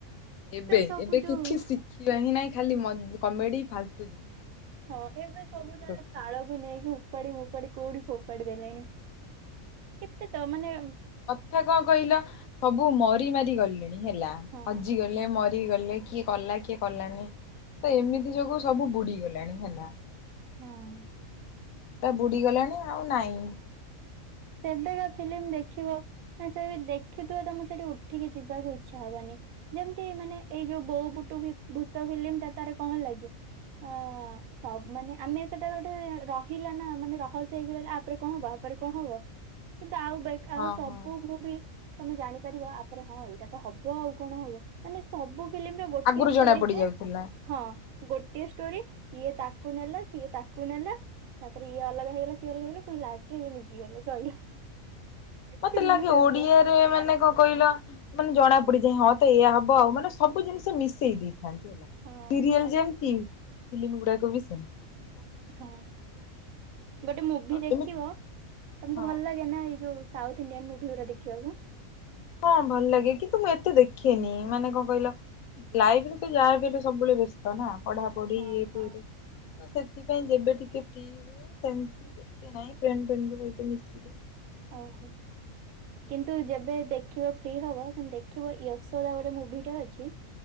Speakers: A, on the left; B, on the right.
A: ଏବେ
B: ସବୁ
A: ଏବେ
B: ଯୋଉ
A: କିଛି ଶିଖିବା ହିଁ ନାହିଁ ଖାଲି ମ କମେଡି ଫାଲତୁ ଜିନିଷ।
B: ହଁ ଏବେ ସବୁ
A: ଧରିକି
B: ଥର
A: ରଖ
B: ତାଳକୁ ନେଇକି ଉପାଡି ମୁପାଡି କୋଉଠି। ଫୋପାଡି ଦେଲେଣି କେତେ ତ ମାନେ।
A: ହେ କଣ କହିଲ ସବୁ ମରି ମାରି ଗଲେଣି ହେଲା
B: ହଁ
A: ହଜିଗଲେ ମ କିଏ ଗଲେ କିଏ କଲା କିଏ କଲାନି ତ ଏମିତି ଯୋଗୁ ସବୁ ବୁଡିଗଲାଣି ହେଲା।
B: ହଁଉଁ।
A: ହେଟା ବୁଡ଼ିଗଲାଣି ଆଉ ନାଇଁ।
B: ଏବେକା ଫିଲିମ୍ ଦେଖିବ। ନା ସେଇଠି ଦେଖିଥୁବ ତମୁକୁ ସେଠି ଉଠିକି ଯିବାକୁ ଇଚ୍ଛା ହବନି। ଯେମତି ମାନେ ଏଇ ଯୋଉ ବୋଉ ବୁଟୁ ଭି ଭୂତ ଫିଲିମ୍ ଟା ତାର କଁ ହେଲା କି ଅଁ ସବ୍ ମାନେ ଆମେ ସେଟା ଗୋଟେ ରହିଲା ନା ମାନେ ରହସ୍ୟ ହେଇକି ରହିଲା। ଆପରେ କଁ ହବ ଆପରେ କଁ ହବ? କିନ୍ତୁ ଆଉ ବେଖା
A: ହଁ
B: ହଉ ସବୁ
A: ହଁ
B: ମୁଭି। ତମେ ଜାଣିପାରିବ ଆପରେ ହଁ ଏଇଟା ତ ହବ ଆଉ କଣ ହବ। ମାନେ ସବୁ ଫିମ୍ଲି ର ଗୋଟିଏ
A: ଆଗରୁ
B: ଷ୍ଟୋରି
A: ଜଣା ପଡି
B: ଥାଏ,
A: ଯାଉଥିଲା
B: ହଁ ଗୋ ଟିଏ ଷ୍ଟୋରି ଇଏ ତାକୁ ନେଲା ସିଏ ତାକୁ ନେଲା ତାପରେ ଇଏ ଅଲଗା ହେଇଗଲା ସିଏ ଅଲଗା ହେଇଗଲା। ଲାଷ୍ଟ କୁ ଇଏ ମିଶିଗଲେ ସଇଲା।
A: ମତେ
B: ଫିଲ୍ମ
A: ଲାଗେ
B: ଶେଷ।
A: ଓଡିଆରେ ମାନେ କଁ କଇଲ? ମାନେ ଜଣା ପଡିଯାଏ ହଁ ତ ଏଇଆ ହବ ଆଉ ମାନେ ସବୁ ଜିନିଷ ମିଶେଇ ଦିଏ।
B: ହଁ
A: ସିରିଏଲ ଯେମତି ଫଲିମ୍ ଗୁଡାକ ବି ସେମତି।
B: ହଁ, ଗୋଟେ ମୁଭି ଦେଖିବ
A: ଏମିତି
B: ତମୁକୁ
A: ହଁ
B: ଭଲ ଲାଗେ ନା ଏଇ ଯୋଉ ସାଉଥ୍ ଇଣ୍ଡିଆନ୍ ମୁଭି ଗୁରା ଦେଖିବାକୁ?
A: ହଁଅଁ ଭଲ୍ ଲାଗେ କିନ୍ତୁ ମୁଁ ଏତେ ଦେଖେନି, ମାନେ କଁ କଇଲ? ଲାଇଫରେ ତୁ ଯାହା ବି ହେଲେ ସବୁବେଳେ ବ୍ୟେସ୍ତ ନା ପଢା ପଢି
B: ହଁ
A: ଇଏ ସିଏ
B: ହଁ।
A: ରେ। ତ ସେଥିପାଇଁ ଯେବେ ଟିକେ ଫ୍ରି ହୁଏ ସେମତି। ନାଇଁ ପ୍ରେଣ୍ଡ ଫେଣ୍ଡଙ୍କ ସହିତ ମିଶିଲେ
B: ଓହୋ
A: <unintelligible>
B: କିନ୍ତୁ ଯେବେ ଦେଖିବ ଫ୍ରି ହବ କିନ୍ତୁ ଦେଖିବ ୟଶୋଦା ଗୋଟେ ମୁଭିଟେ ଅଛି।